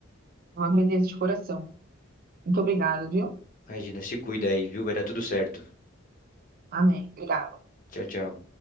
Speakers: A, on the right; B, on the left.
A: Eu agradeço de coração. Muito obrigado, viu?
B: Imagina, se cuida aí, viu? Vai dar tudo certo.
A: Amém. Obrigado.
B: Tchau, tchau.